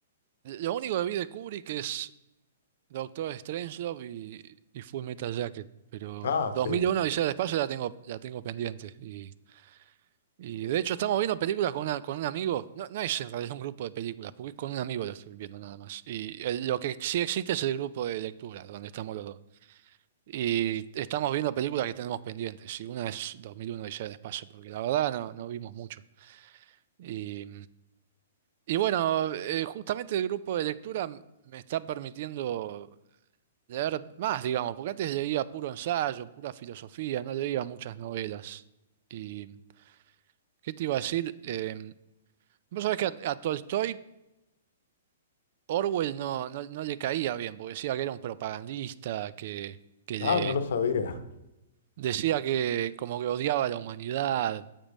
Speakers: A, on the right; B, on the left.
A: Lo único que vi de Kubrick es Doctor Strangelove y, y Full Metal Jacket. Pero
B: Ah,
A: 2001
B: sí.
A: Odisea del Espacio la tengo, la tengo pendiente. Y, y de hecho estamos viendo películas con, una- con un amigo. No, no es en realidad un grupo de películas, porque es con un amigo lo estoy viendo nada más. Y el- lo que sí existe es el grupo de lectura, donde estamos los dos. Y estamos viendo películas que tenemos pendientes. Y una es 2001 Odisea del Espacio, porque la verdad no, no vimos mucho. Y, y bueno, eh, justamente el grupo de lectura me está permitiendo... de ver más, digamos, porque antes leía puro ensayo, pura filosofía, no leía muchas novelas. ¿Y qué te iba a decir? Eh, vos sabés que a, a Tolstoy Orwell no, no, no le caía bien, porque decía que era un propagandista, que, que le
B: Ah, no lo sabía.
A: decía que como que odiaba a la humanidad,